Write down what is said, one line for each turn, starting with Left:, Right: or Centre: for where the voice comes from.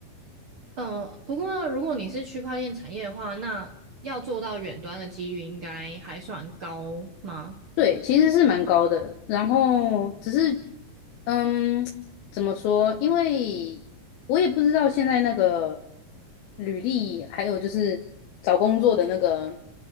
Right: 嗯，不过如果你是区块链产业的话，那要做到远端的几率应该还算高吗？
Left: 对，其实是蛮高的。然后只是，嗯，怎么说？因为我也不知道现在那个履历，还有就是找工作的那个